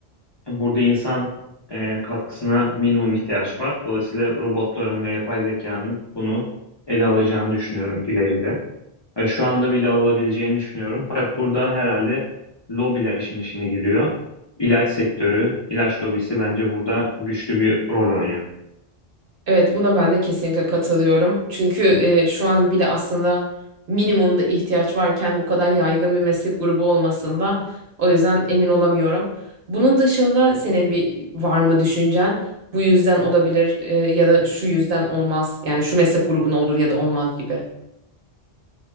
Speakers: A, on the left; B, on the right.
A: Burada insan e, katkısına minimum ihtiyaç var. Dolayısıyla robotların ve yapay zekanın bunu ele alacağını düşünüyorum ileride. Ve şu anda bile alabileceğini düşünüyorum. Fakat burada herhalde lobiler işin işine giriyor. İlaç sektörü, ilaç lobisi bence burada güçlü bir rol oynuyor.
B: Evet, buna ben de kesinlikle katılıyorum. Çünkü e, şu an bile aslında minimumda ihtiyaç varken bu kadar yaygın bir meslek grubu olmasında o yüzden emin olamıyorum. Bunun dışında senin bir var mı düşüncen? Bu yüzden olabilir e, ya da şu yüzden olmaz. Yani şu meslek grubuna olur ya da olmaz gibi.